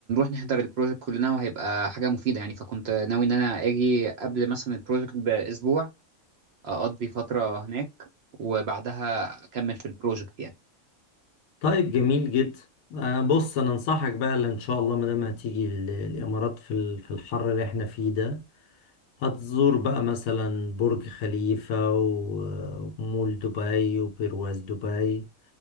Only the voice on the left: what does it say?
طيب جميل جدا آه، بص انا انصحك بقى اللي ان شاء الله ما دام هتيجي ال- الامارات في ال- في الحر اللي احنا فيه ده هتزور بقى مثلا برج خليفة و- ومول دبي وبرواز دبي